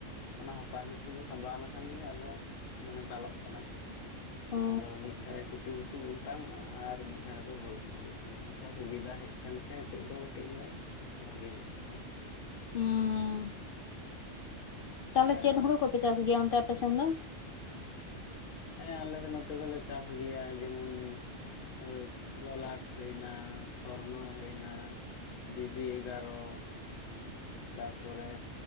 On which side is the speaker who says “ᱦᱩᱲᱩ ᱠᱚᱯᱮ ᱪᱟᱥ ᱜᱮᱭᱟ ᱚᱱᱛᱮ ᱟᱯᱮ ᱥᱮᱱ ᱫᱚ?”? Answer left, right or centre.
Left